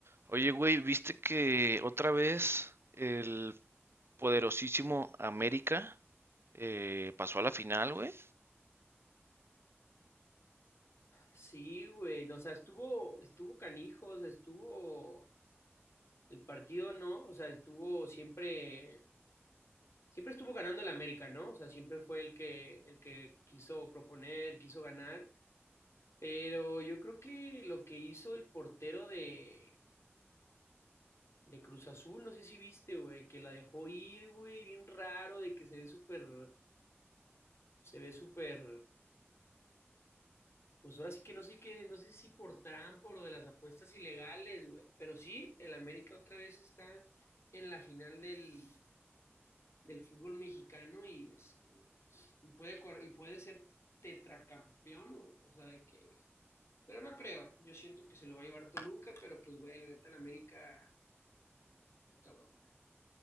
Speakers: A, on the right; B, on the left.
A: Oye, güey, ¿viste que otra vez el poderosísimo América eh, pasó a la final, güey?
B: Sí, güey, no, o sea, estuvo, estuvo canijos, estuvo el partido, ¿no? O sea, estuvo siempre, siempre estuvo ganando el América, ¿no? O sea, siempre fue el que, el que quiso proponer, quiso ganar, pero yo creo que lo que hizo el portero de, de Cruz Azul, no sé si viste, güey, que la dejó ir, güey, bien raro, de que se ve súper, se ve súper Pues ahora sí que no sé qué, no sé si por trampa o lo de las apuestas ilegales, güey. Pero sí, el América otra vez está en la final del, del fútbol mexicano y este y puede cor- y puede ser tetracampeón, güey. O sea, de que pero no creo. Yo siento que se lo va a llevar Toluca, pero pues güey, la neta el América está cabrón.